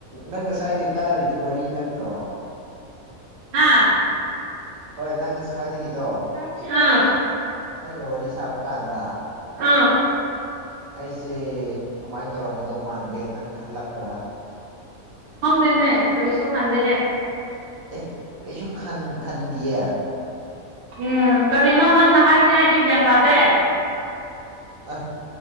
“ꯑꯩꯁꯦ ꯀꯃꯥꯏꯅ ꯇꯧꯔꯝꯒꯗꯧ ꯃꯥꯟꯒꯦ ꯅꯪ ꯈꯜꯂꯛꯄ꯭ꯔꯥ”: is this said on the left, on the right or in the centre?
Right